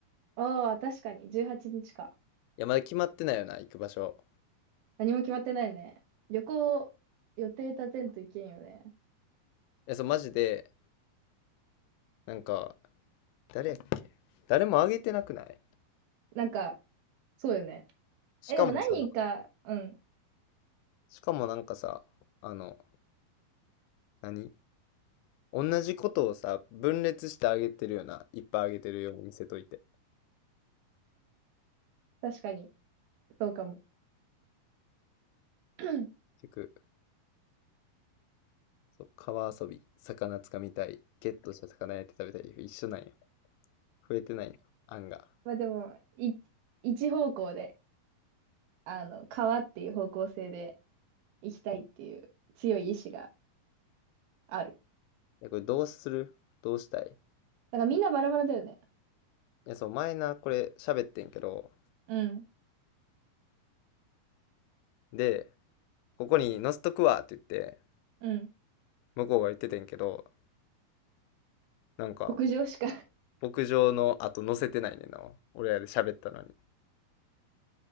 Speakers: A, on the right; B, on the left.
A: ああ、確かに。18日か。
B: いや、まだ決まってないよな、行く場所。
A: 何も決まってないね。旅行、予定立てんといけんよね。
B: いや、そう、マジで、なんか、誰やっけ誰もあげてなくない
A: なんか、そうよね。
B: しかもさ、
A: え、でも何人か、うん。
B: しかもなんかさ、あの、何同じことをさ、分裂してあげてるよな。いっぱいあげてるように見せといて。
A: 確かに。そうかも。<clears throat>
B: 結局、そう、川遊び、魚つかみたい、ゲットした魚焼いて食べたい、一緒なんや。増えてないな、案が。
A: まあでも、い、一方向で、あの、川っていう方向性で行きたいっていう強い意志がある。
B: いや、これどうするどうしたい
A: だからみんなバラバラだよね。
B: いや、そう、前な、これ喋ってんけど、
A: うん。
B: で、ここに載せとくわって言って、
A: うん。
B: 向こうが言っててんけど、なんか、
A: 牧場しか。<laughs>
B: 牧場の後載せてないねんな。俺らで喋ったのに。